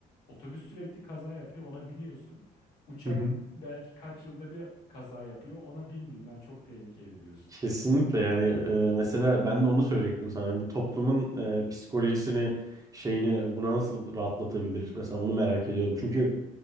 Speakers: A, on the left (about 70°); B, on the right (about 20°).
A: otobüs sürekli kaza yapıyor ona biniyorsun. Uçak
B: Hı hı.
A: belki kaç yılda bir kaza yapıyor ona binmeyeyim ben çok tehlikeli diyorsun.
B: Kesinlikle yani e, mesela ben de onu söyleyecektim sana. Yani bu toplumun e, psikolojisini şeyini buna nasıl rahatlatabilir? Mesela onu merak ediyorum. Çünkü